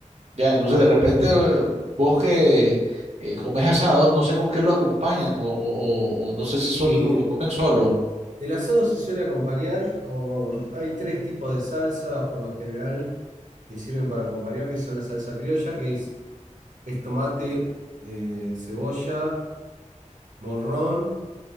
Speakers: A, on the right; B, on the right.
A: Ya, entonces de repente eh, vos que eh, comes asados, no sé con qué lo acompañan o, o- o- o no sé
B: Y
A: si sol- o lo comen solo.
B: el asado se suele acompañar con... Hay tres tipos de salsas por lo general que sirven para acompañar, que son la salsa criolla, que es, es tomate, eh, cebolla, morrón,